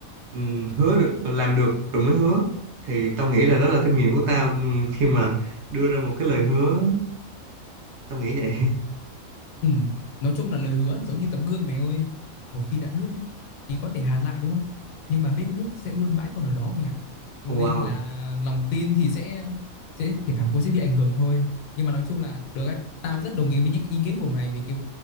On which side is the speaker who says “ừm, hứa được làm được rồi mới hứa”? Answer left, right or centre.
Right